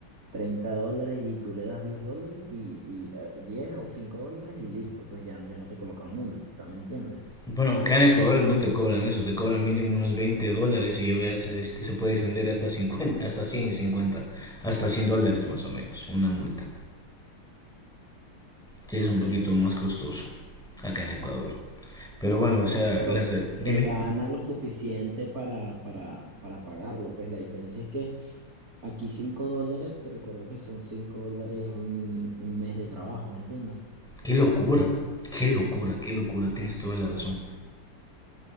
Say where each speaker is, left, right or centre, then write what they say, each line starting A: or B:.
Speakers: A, on the right (about 40°); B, in the centre.
A: 30 dólares y tú le das 10 dólares y, y eh, 10 o 5 dólares y listo, pues ya, ya no te colocan multa, ¿me entiendes?
B: Bueno, acá en Ecuador no te cobran eso, te cobran mínimo unos 20 dólares y a veces este, se puede extender hasta 50, hasta 150, hasta 100 dólares más o menos, una multa. Sí, es
A: Ok,
B: un poquito más costoso acá en Ecuador. Pero bueno,
A: Sí,
B: o sea,
A: pero
B: las de-
A: se
B: dime,
A: gana lo suficiente para, para, para pagarlo. Pues la diferencia es que aquí 5 dólares, te recuerdo que son 5 dólares un, un mes de trabajo, ¿me entiendes?
B: qué locura, qué locura, qué locura, tienes toda la razón.